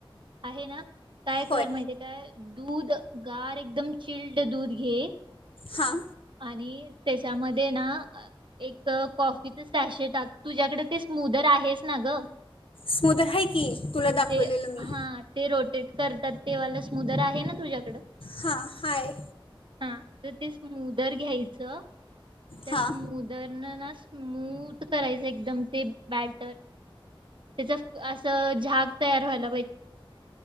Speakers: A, on the right; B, on the left.
A: आहे ना? काय कर
B: होय
A: माहितीय काय दूध गारे एकदम चिल्ड दूध घे
B: हां
A: आणि त्याच्यामध्ये ना एक कॉफीच सॅशे टाक तुझ्याकडे ते स्मूदर आहेच ना गं
B: स्मुदर हाय की तुला दाखवलेलं
A: ते
B: मी
A: हा ते रोटेट करतात ते वालं स्मूदर आहे ना तुझ्याकडं
B: हा हाय
A: हा तर ते स्मुदर घ्यायचं - ते
B: हां
A: स्मुदरनं ना स्मूद करायचं एकदम ते बॅटर त्याच असं झाग तयार व्हायल